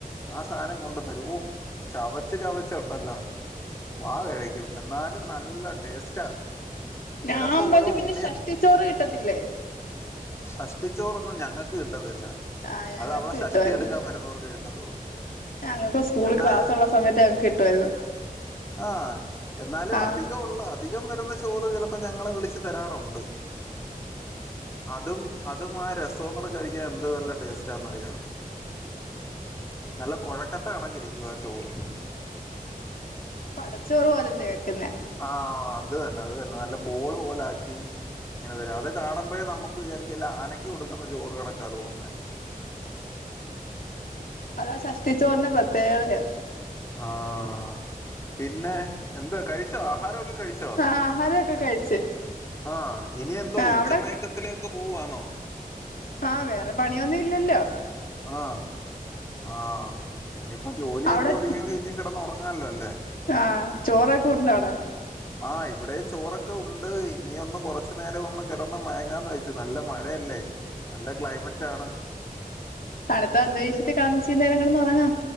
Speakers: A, on the left; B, on the left.
A: ആ സാധനം കൊണ്ടു തരു ഓ ചവച്ച് ചവച്ച് ഉണ്ടല്ലോ വാ കഴിക്കും എന്നാലും നല്ല ടേസ്റ്റാ. ചിലപ്പോ
B: ആ അമ്പലത്തി
A: ഓരോ
B: പ്പിന്നെ
A: ഉണ്ണിയ
B: ഷഷ്ടിച്ചോറ് കിട്ടത്തില്ലേ?
A: സഷ്ടിച്ചോറൊന്നും ഞങ്ങൾക്ക് കി ട്ടത്തില്ല.
B: ആഹ് ഞങ്ങൾക്ക്
A: അത് അവിടെ
B: കിട്ടുവായിരുന്നു
A: ഷഷ്ടി എടുക്കാൻ വരുന്നവർക്കേ കിട്ടത്തോള്.
B: ഞങ്ങൾക്ക് സ്കൂളിൽ
A: എന്നാലും
B: ക്ലാസ്സുള്ള സമയത്ത് ഞങ്ങൾക്ക് കിട്ടുവായിരുന്നു
A: ആഹ് എന്നാലും
B: ആഹ്
A: അധികം ഉള്ള അധികം വരുന്ന ചോറ് ചിലപ്പോ ഞങ്ങളെ വിളിച്ചു തരാറുണ്ട്. അതും അതും ആ രസം കൂടെ കഴിക്കാൻ എന്ത് നല്ല ടേസ്റ്റാന്നറിയാവോ? നല്ല കുഴക്കെട്ട കണക്കിരിക്കും ആ ചോറ്
B: പടച്ചോറ് പോലല്ലേ വെക്കുന്നെ?
A: ആഹ് അത് തന്നെ അത് തന്നെ നല്ല ബോള് പോലാക്കി ഇങ്ങനെ തരും അത് കാണുമ്പോഴേ നമുക്ക് വിചാരിക്കല്ല ആനക്ക് കൊടുക്കുന്ന ചോറ് കണക്കാ തോന്നുന്നേ
B: അതാ സഷ്ടിച്ചോറിന്റ പ്രത്യേകതയാ
A: ആഹ് പിന്നെ എന്ത് കഴിച്ചോ ആഹാരൊക്കെ കഴിച്ചോ
B: ആഹ് ആഹാരമൊക്കെ കഴിച്ച്
A: ആഹ് ഇനി എന്തോ
B: ആഹ്
A: ഉച്ചമയക്കത്തിലേക്ക്
B: അവിടെ
A: പോവ്വാന്നോ
B: ആഹ് വേറെ പണിയൊന്നും ഇല്ലല്ലോ
A: ആഹ് ആഹ് ഇനിയിപ്പ ജോലിയൊക്കെ
B: അവിടെ
A: ഒതുങ്ങിയെങ്കി ഇനി കിടന്ന് ആണല്ലോ അല്ലേ
B: ആഹ് ചോറൊക്കെ ഉണ്ടാടാ
A: ആ ഇവിടെയും ചോറൊക്കെ ഉണ്ട് ഇനി ഒന്ന് കുറച്ചു നേരം ഒന്ന് കിടന്ന് മയങ്ങാന്ന് വെച്ചു നല്ല മഴയല്ലേ നല്ല ക്ലൈമറ്റാണ്
B: തണത്ത അന്തരീക്ഷത്തിൽ കണ <unintelligible> നേരം കിന്നന്ന് ഉറങ്ങാ